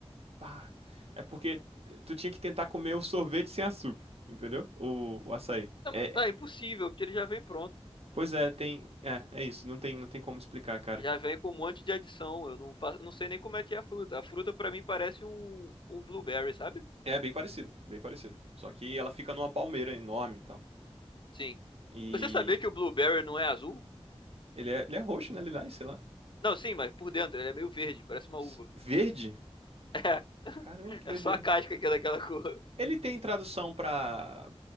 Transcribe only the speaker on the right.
Pá. É porque tu tinha que tentar comer o sorvete sem açúcar, entendeu? O, o açaí.
É,
é-
pois é, tem. É, é isso. Não tem, não tem como explicar, cara.
É bem parecido, bem parecido. Só que ela fica numa palmeira enorme e tal.
E
ele é, ele é roxo, né? Lilás, sei lá.
S-
Verde?
Caramba, que
doideira.
Ele tem tradução pra